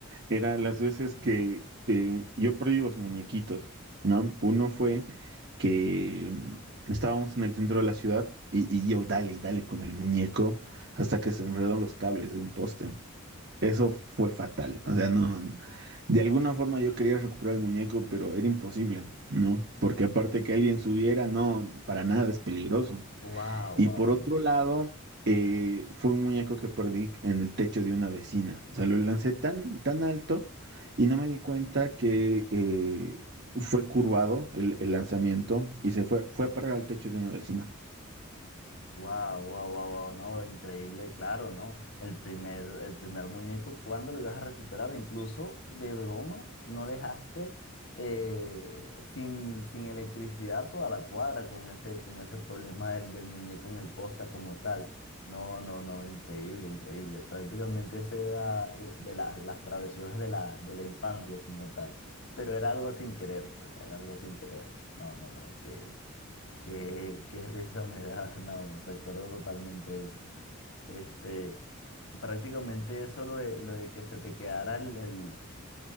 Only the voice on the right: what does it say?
era las veces que eh, yo perdí los muñequitos, ¿no? Uno fue que mm, estábamos en el centro de la ciudad y, y yo dale, y dale con el muñeco hasta que se enredan los cables de un poste. Eso fue fatal. O sea, no, de alguna forma yo quería recuperar el muñeco, pero era imposible, ¿no? Porque aparte que alguien subiera, no, para nada es peligroso.
Y
por otro lado, eh, fue un muñeco que perdí en el techo de una vecina. O sea, lo lancé tan, tan alto y no me di cuenta que eh, fue curvado el, el lanzamiento y se fue, fue a parar al techo de una vecina.